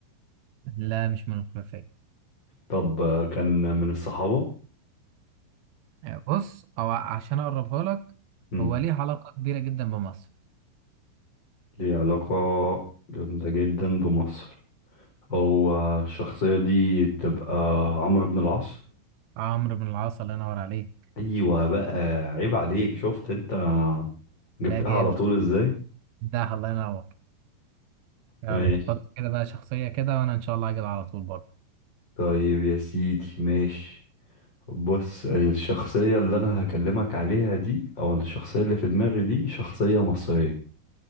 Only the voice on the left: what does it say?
طب آه، كان من الصحابة
مم.
ليه علاقة جامدة جدا بمصر هو الشخصية دي تبقى عمرو بن العاص
ايوه بقى عيب عليك شفت انت جبتها
على طول ازاي
ماشي
طيب يا سيدي ماشي بص الشخصية اللي انا هكلمك عليها دي او الشخصية اللي في دماغي دي شخصية مصرية